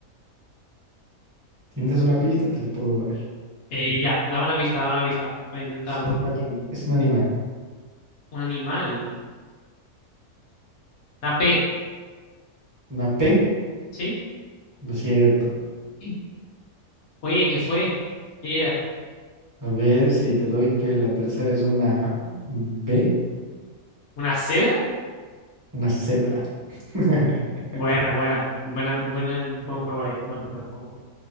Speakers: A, on the right; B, on the left.
A: Si necesitas una pista, te la puedo dar.
B: Eh, ya, dame una pista, dame una pista para intentarlo.
A: Es un anim- es un animal.
B: Un animal, una P,
A: Una P,
B: ¿sí?
A: lo siento.
B: Sí. Oye, ¿qué fue? ¿Qué era?
A: A ver si te doy que la tercera es una B.
B: ¿Una cebra?
A: Una cebra. <laughs>
B: Buena, buena, buena, buena, buen juego ahí. buen juego.